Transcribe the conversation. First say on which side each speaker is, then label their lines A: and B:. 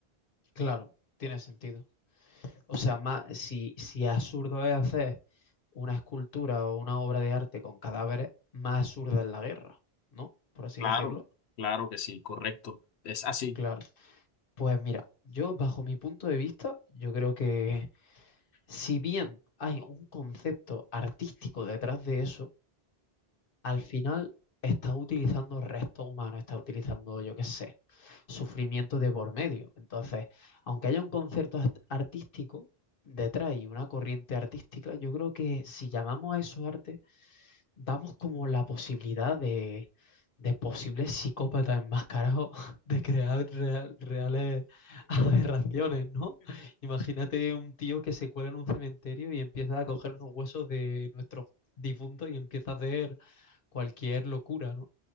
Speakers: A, on the left; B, on the left.
A: claro, tiene sentido. O sea, ma- si, si absurdo es hacer una escultura o una obra de arte con cadáveres, más absurda es la guerra, ¿no? Por así
B: Claro,
A: decirlo.
B: claro que sí, correcto. Es así.
A: Claro. Pues mira, yo bajo mi punto de vista, yo creo que si bien hay un concepto artístico detrás de eso, al final está utilizando restos humanos, está utilizando, yo qué sé, sufrimiento de por medio. Entonces, aunque haya un concepto art- artístico detrás y una corriente artística, yo creo que si llamamos a eso arte, damos como la posibilidad de, de posibles psicópatas enmascarados <laughs> de crear real- reales <laughs> aberraciones, ¿no? Imagínate un tío que se cuela en un cementerio y empieza a coger los huesos de nuestros difuntos y empieza a hacer cualquier locura, ¿no?